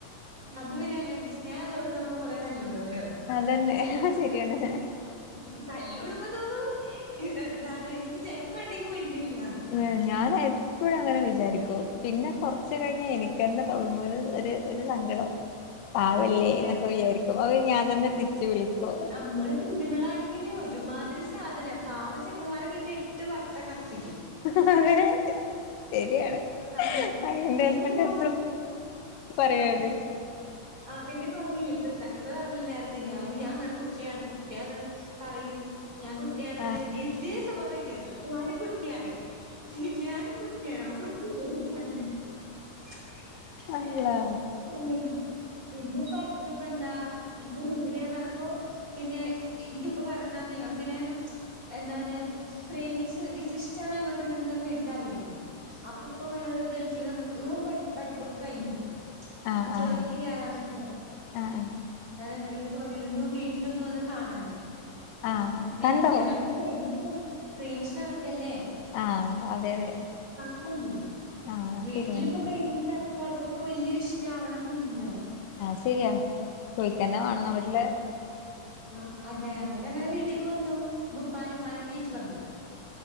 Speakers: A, on the right; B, on the left.
A: അത് പിന്നെ സ്നേഹം ഉോടുത്ത് നമ്മള് കൊറെ തല്ലൂടല്ലോ.
B: അതന്നെ ഹ ഹ ശരിയാണ്!
A: ഇനി തല്ലൂടുമ്പോ തോന്നു എന്താണ് ഇനി ജന്മണ്ടെങ്കിൽ മിണ്ടില്ലന്ന്
B: ഉം ഞാനായി എപ്പോഴ അങ്ങനെ വിചാരിക്കും പിന്നെ കൊറച്ച് കഴിഞ്ഞാ എനിക്കെന്നെ തോടങ്ങും ഒരു ഒര് ഒരു സങ്കടം.
A: <inaudible>
B: പാവല്ലേ
A: അതെ.
B: എന്നൊക്കെ വിചാരിക്കും അപ്പൊ ഞാൻ തന്നെ തിരിച്ചു വിളിക്കു
A: നമ്മള് പെണ്ണുങ്ങളാണെങ്കില് ഒരുമാതിരി സാധനം പാവം ചെക്കന്മാരെ കിട്ടിട്ട് വട്ടം കറപ്പിക്കും
B: <unintelligible> അതെ ശരിയാണ്
A: അങ്ങനെ.
B: അയിന്റെ
A: പിന്നെന്താ
B: ഹസ്ബന്റ് എപ്പോഴും പറയാണ്
A: ആ പിന്നെ പറഞ്ഞില്ല ഇപ്പ ഇപ്പൊ പറഞ്ഞില്ലേ നേരത്തെ ഞാന് ഞാൻ ങ്ങടെ കുട്ടിയാണ് കുട്ടിയന്ന്. പറയും ഞാൻ കുട്ടിയണെന്ന്
B: ആഹ്
A: ഇതേ സ്വഭാവം എന്റതും ഞാനും കുട്ടിയാണ് ഞാൻ കുട്ടിയാണോ <unintelligible> <unintelligible>
B: അള്ളാ
A: പിന്നെപ്പടു പ്പ എന്താ എ വീട്ടില് ഞാൻ പറഞ്ഞപ്പോ പിന്നെ ഇന്റെ ഇപ്പ പറയണ ഞങ്ങിങ്ങനെ എന്താണ് പ്രേമിച്ച് മീൻസ് ഇഷ്ടമാണ് അങ്ങോട്ടും ഇങ്ങോട്ടും എന്നൊക്കെ വീട്ടിൽ അറിയായിരുന്നു അപ്പ ഇപ്പ അനോട് ഗൽഫീ നിന്ന് വന്ന പഠിപ്പൊക്കെ കഴിഞ്ഞു.
B: ആഹ്
A: ജോലിക്ക്
B: ആഹ്
A: കേറാനൊക്ക
B: ആഹ്
A: ഇവനോട് പറയരുന്നു വീട്ടിലൊന്നു വന്ന് കാണാൻ
B: ആഹ്
A: മീൻസ്
B: കണ്ടോ
A: ഞങ്ങിവിടെ പ്രേമിച്ചു നട പ്രേമിച്ചു നടക്കല്ലേ.
B: ആഹ് അതെ അതെ.
A: ല്ല
B: ആഹ്
A: വീട്ടിലിപ്പൊ
B: ശരിയാണ്
A: പ്രേമിച്ചടക്ക അതൊക്കെ ഇപ്പോ വലിയൊരു ഇഷ്ടം ആവണന്ന് ഇല്ലല്ലോ
B: ആഹ ശരിയാ ചോയ്ക്കന്നാ വണന്ന വീട്ടില്
A: ആ അതെ എന്നിട്ട് അങ്ങനെ വീട്ടിലക്ക് വന്നു മുപ്പാന ഉമ്മനൊക്കെ ആയിട്ട് വന്നു